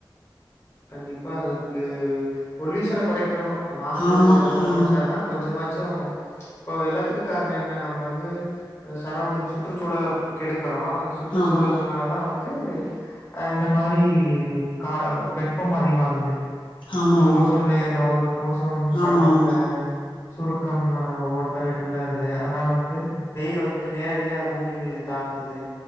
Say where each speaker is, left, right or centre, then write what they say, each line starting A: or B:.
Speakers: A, on the left; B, on the left.
A: கண்டிப்பா அதுக்கு பொல்யூஷன கொறைக்கணு மாசு
B: ஆமா
A: அதெல்லா
B: ஆ
A: கொறச்சாதான் கொஞ்சமாச் டோ இப்போ எல்லாத்துக்கு கார்ணென்ன நம்ம வந்து அ சரௌண்டிங் சுற்றுச்சூழ கெடுக்குறோ அந்த சுற்றுச்சூழல்னாலதா
B: ஆமா
A: வந்து அ இந்த மாரி கா வெப் பம் அதிமாகுது
B: ஆமா
A: இந்த
B: ஆமா
A: ஓசோன் லேயர்ல ஓட் ஓசோன் படலத்துல
B: ஆமா
A: சுருக்கம் அந்த ஓட்ட விடுவருது அதுனால வந்து வெயில் வந்து நேரடியா பூமி மீது தாக் க்குது